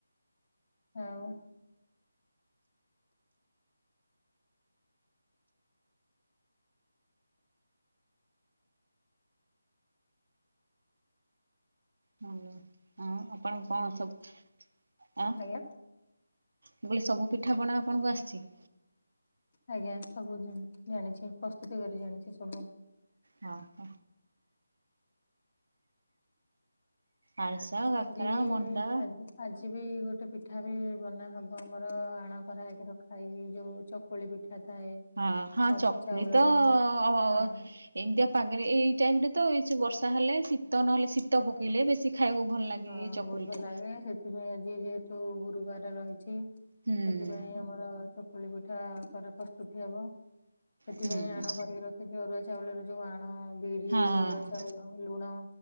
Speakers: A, on the left; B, on the right.
A: ହଉ। <inaudible>
B: ହାଲୋ ହଁ ଆପଣ କଣ ସବୁ ଆ
A: ଆଜ୍ଞା
B: ବୋଲି ସବୁ ପିଠାପଣା ଆପଣଙ୍କୁ ଆସିଛି?
A: ଆଜ୍ଞା ସବୁ ଜି ଜାଣିଛି ପ୍ରସ୍ତୁତି କରି ଜାଣିଛି ସବୁ।
B: ହଁ ହ। ଆରିସା କାକରା
A: ଆଜି ବି ଆଜି
B: ମଣ୍ଡା
A: ଆଜି ଆଜି ବି ଗୋଟେ ପିଠା ବି ବନା ହବ ଆମର ଆଣ କରା ହେଇକି ରଖା ହେଇଚି ଯୋଉ ଚକୁଳି ପିଠା। ଥାଏ।
B: ହଁ ହଁ
A: ଅରୁଆ
B: ଚକୁଳି
A: ଚାଉଳ
B: ତ ଅ
A: ହଁ
B: ଏମିତିଆ ପାଗରେ ଏଇ ଟାଇମରେ ତ ଏ ବର୍ଷା ହେଲେ ଶୀତ ନହେଲେ ଶୀତ ପକେଇଲେ ବେଶୀ ଖାଇବାକୁ ଭଲ ଲାଗେ
A: ହଁ
B: ଏଇ ଚକୁଳି
A: ବହୁତ ଭଲ
B: ଟା
A: ଲାଗେ ସେଥିପାଇଁ ଆଜି ଯେ ଯଉ ଗୁରୁବାର ରହିଛି ସେଥିପାଇଁ
B: ହୁଁ
A: ଆମର ଚକୁଳି ପିଠା ପରେ ପ୍ରସ୍ତୁତି ହବ ସେଥିପାଇଁ
B: ହୁଁ
A: ଆଣ କରିକି ରଖିଛି ଅରୁଆ ଚାଉଳର ଯୋଉ ଆଣ ବିରି
B: ହଁ
A: ଅରୁଆ ଚାଉଳ ଲୁଣ।